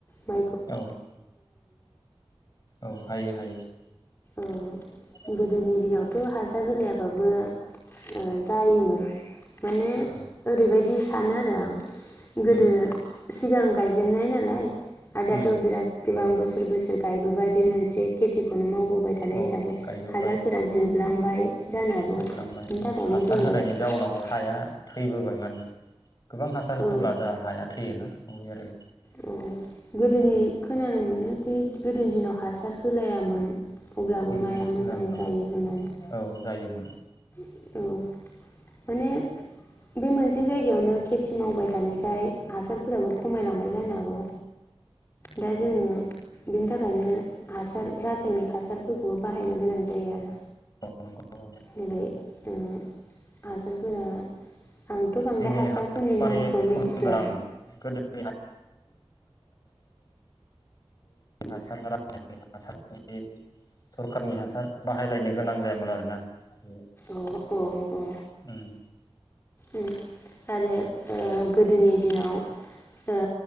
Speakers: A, on the left (about 25°); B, on the left (about 40°).
A: मा
B: औ औ हायो हायो।
A: औ
B: <unintelligible>
A: गोदोनि हासार होलायाबाबो ओ जायोमोन माने
B: औ
A: ओरैबायदि सानो आरो आं गोदो
B: उम
A: सिगां गायजेननाय नालाय आरो दाथ'
B: उम
A: बिराद गोबां बोसोर बोसोर बोसोर गायबोबाय बे मोनसे खेथिखौनो माव बोबाय थानाय
B: औ
A: हिसाबै
B: गायबोबाय
A: हासारफोरा जोबलांबाय जानो हागौ
B: जोबलांबाय
A: बिनि
B: औ
A: थाखायनो
B: हासार
A: जोङो
B: होनायनि
A: <unintelligible>
B: जाउनाव हाया थैबोबाय माने गोबां हासार
A: औ
B: होब्ला जा हाया थैयोना उम बे आरो
A: औ गोदोनि खोनानो मोनो दि गोदोनि दिनाव हासार होलायामोन अब्लाबो
B: ओमहो
A: माइआ मोजां
B: होआमोन औ
A: जायो होननानै
B: औ जायोमोन
A: औ माने बे मोनसे जायगायावनो खेथि ओ औ औ माने बे मोनसे जायगायावनो खेथि मावबायथानायखाय हासारफोराबो खमायलांबाय जानो हागौ दा जोङो बेनि थाखायनो हासार रासायनिक हासार फोरखौबो बाहायनो गोनां जायो आरो
B: नंगौ
A: जेरै ओ हासारफोरा
B: <unintelligible> <unintelligible> <unintelligible>
A: आंथ' बांद्राय
B: जों
A: हासारफोरनि
B: बैबायदिनो
A: नामखौ मिथिया
B: हासारबारा जायो हासारा जेरै सरखारनि हासार बाहायलायनो गोनां जायामोन आरो ना बे
A: औ औ औ
B: उम
A: उम आरो ओ गोदोनि दिनाव ओ